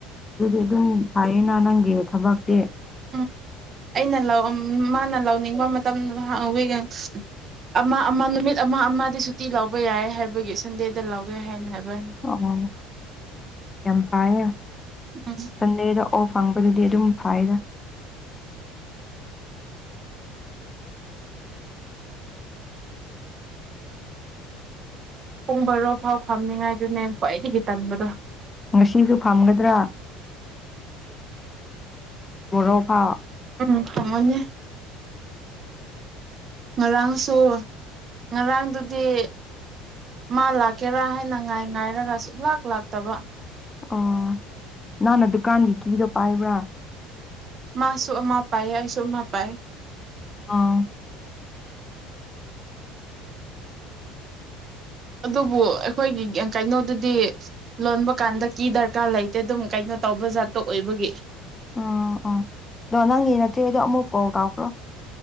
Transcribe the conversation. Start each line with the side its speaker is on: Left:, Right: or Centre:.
Left: ꯑꯗꯨꯗꯤ ꯑꯗꯨꯝ ꯍꯥꯏꯌꯦꯅ ꯅꯪꯒꯤ ꯊꯕꯁꯦ
Right: ꯎꯝ ꯑꯩꯅ ꯂꯧ ꯃꯥꯅ ꯂꯧꯅꯤꯡꯕ ꯃꯇꯝꯗꯋ ꯑꯃ ꯑꯃ ꯅꯨꯃꯤꯠ ꯑꯃ ꯑꯃ ꯁꯨꯇꯤ ꯂꯧꯕ ꯌꯥꯏ ꯍꯥꯏꯕꯒꯤ ꯁꯟꯗꯦꯗ ꯂꯧꯋꯦ ꯍꯥꯏꯅ ꯍꯥꯏꯕ ꯍꯥꯏꯅ
Left: ꯑꯣ ꯌꯥꯝ ꯐꯔ
Right: ꯎꯝ
Left: ꯁꯟꯗꯦꯗ ꯑꯣ ꯐꯪꯕꯗꯨꯗꯤ ꯑꯗꯨꯝ ꯐꯥꯏꯔ
Right: ꯄꯨꯡꯕꯔꯣ ꯐꯥꯎ ꯐꯝꯅꯤꯉꯥꯏꯗꯨꯅꯦ ꯀ꯭ꯋꯥꯏꯗꯒꯤ ꯇꯟꯕꯗꯣ
Left: ꯉꯁꯤꯁꯨ ꯐꯝꯒꯗ꯭ꯔꯥ ꯔ ꯐꯥꯎ
Right: ꯎꯝ ꯐꯃꯅꯤꯦ ꯉꯔꯥꯡꯁꯨ ꯉꯔꯥꯡꯗꯨꯗꯤ ꯃꯥ ꯂꯥꯛꯀꯦꯔꯥ ꯍꯥꯏꯅ ꯉꯥꯏ ꯉꯥꯏꯔꯒ ꯁꯨꯡ ꯂꯥꯛ ꯂꯥꯛꯇꯕ
Left: ꯑꯣ ꯅꯍꯥꯟꯅ ꯗꯨꯀꯥꯟꯒꯤ ꯀꯤꯗꯣ ꯄꯥꯏꯕ꯭ꯔꯥ
Right: ꯃꯥꯁꯨ ꯑꯃ ꯄꯥꯏꯌꯦ ꯑꯩꯁꯨ ꯑꯃ ꯄꯥꯏ
Left: ꯑꯥ
Right: ꯑꯗꯨꯕꯨ ꯑꯩꯈꯣꯏꯒꯤ ꯀꯩꯅꯣꯗꯨꯗꯤ ꯂꯣꯟꯕ ꯀꯥꯟꯗ ꯀꯤ ꯗꯔꯀꯥꯔ ꯂꯩꯇꯦ ꯑꯗꯨꯝ ꯀꯩꯅꯣ ꯇꯧꯕ ꯖꯥꯠꯇꯣ ꯑꯣꯏꯕꯒꯤ
Left: ꯎꯝ ꯑꯣ ꯑꯗꯣ ꯅꯪꯒꯤ ꯅꯠꯇꯦ ꯑꯗꯣ ꯑꯃꯨꯛ ꯀꯣꯜ ꯇꯧꯈ꯭ꯔꯣ